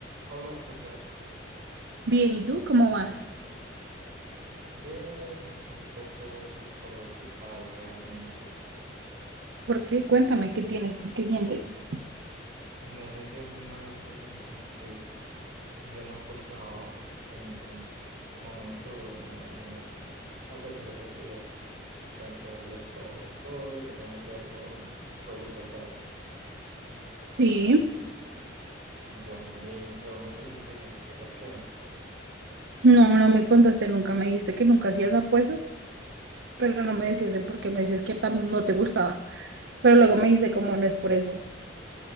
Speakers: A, on the right; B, on the right.
A: Hola, ¿cómo estás?
B: Bien, ¿y tú cómo vas?
A: Bien, aquí un poco preocupado realmente.
B: ¿Por qué? Cuéntame, ¿qué tienes? ¿Qué sientes?
A: No sé si alguna vez te dije como que yo no apostaba en ningún momento, no, digamos, apuestas deportivas, chance, baloto, todo lo que tenga que ver con juegos de azar.
B: Sí,
A: Bueno, y yo no sé si te dije el por qué.
B: no, no me contaste nunca. Me dijiste que nunca hacías apuestas, pero no me decías el por qué. Me decías que tam- no te gustaba. Pero luego me dijiste como no es por eso.